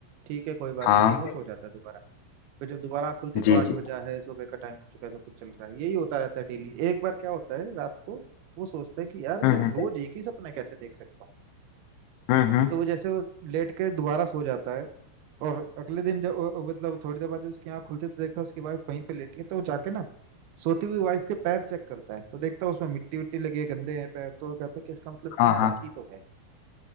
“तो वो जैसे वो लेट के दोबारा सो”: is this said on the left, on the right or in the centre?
Right